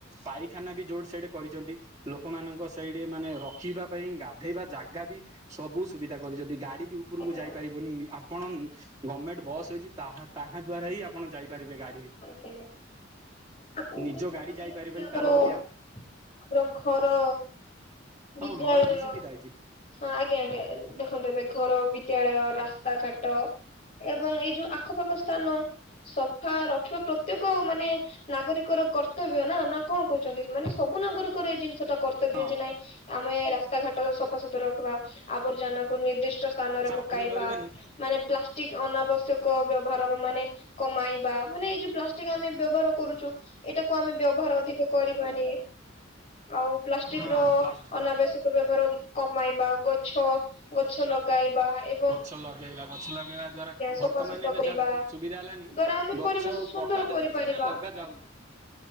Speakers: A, on the right (about 20°); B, on the left (about 40°).
A: ପାଇଖାନା ବି ଯୋଡ ସେଇଟି କରିଛନ୍ତି ଲୋକମାନଙ୍କ ସେଇଠି ମାନେ ରଖିବା ପାଇଁ ଗାଧେଇବା ଜାଗା ବି ସବୁ ସୁବିଧା କରିଛନ୍ତି ଗାଡି ବି। ଉପକୁ
B: ଆଜ୍ଞା
A: ଯାଇପାରିବନି ଆପଣ ଗମେଣ୍ଟ ବସ୍ ହେଇଛି ତାହା ତାହା ଦ୍ୱାରା ହିଁ ଆପଣ ଯାଇପାରିବେ ଗାଡି
B: ଆଜ୍ଞା ଆପଣ
A: ନିଜ
B: ଦେଖନ୍ତୁ
A: ଗାଡି
B: ଯେମିତି
A: ଯାଇପାରିବେନି
B: ଆମର
A: ତାହା ବୋଲି
B: ଘର
A: ହଁ
B: ବିଦ୍ୟାଳୟ।
A: ଘର ବି ସୁବିଧା ହେଇଛି
B: ହଁ ଆଜ୍ଞା ଆଜ୍ଞା ଦେଖନ୍ତୁ ଏବେ ଘର ବିଦ୍ୟାଳୟ ରାସ୍ତାଘାଟ। ଏବଂ ଏଇ ଯୋଉ ଆଖପାଖ ସ୍ଥାନ ସଫା ରଖିବା ପ୍ରତ୍ୟେକ ମାନେ ନାଗରିକର କର୍ତ୍ତବ୍ୟ ନା ନା କଣ କହୁଛନ୍ତି ମାନେ ସବୁ ନାଗରିକର ଏଇ ଜିନିଷ ଟା କର୍ତ୍ତବ୍ୟ
A: ହଁ
B: ଯେ ନାଇଁ ଆମେ ରାସ୍ତାଘାଟ ସଫାସତୁରା ରଖିବା ଆବର୍ଜନା କ ନିର୍ଦ୍ଦି ସ୍ଥାନରେ
A: ଗଠନ
B: ପକାଇବା।
A: କରିବାନି
B: ମାନେ ପ୍ଲାଷ୍ଟିକ ଅନାବଶ୍ୟକ ବ୍ୟବହାର ମାନେ କମାଇବା। ମାନେ ଏଇ ଯୋଉ ପ୍ଲାଷ୍ଟିକ ଆମେ ବ୍ୟବହାର କରୁଛୁ। ଏଇଟାକୁ ଆମେ ବ୍ୟବହାର ଅଧିକ କରିବାନି ଆଉ ପ୍ଲାଷ୍ଟିକ
A: ହଁ
B: ର
A: ପ୍ଲାଷ୍ଟ
B: ଅନାବଶ୍ୟକ ବ୍ୟବହାର କମେଇବା ଗଛ ଗଛ ଲଗାଇବା ଏ
A: ଗଛ ଲଗେଇବା ଗଛ ଲଗେଇବା ଦ୍ଵାରା
B: ସଫାସୁତୁରା
A: ବର୍ତ୍ତମାନ ଏବେ
B: କରିବା
A: ଯାହା ସୁବିଧା ହେଲାନି
B: ଦ୍ଵାରା ଆମେ
A: ଗ
B: ପରିବେଶ
A: ଛ
B: ସୁନ୍ଦର
A: କଟା
B: କରିପାରିବା।
A: ଯାଉଛି ସିନା ଲଗା ଯାଉନି।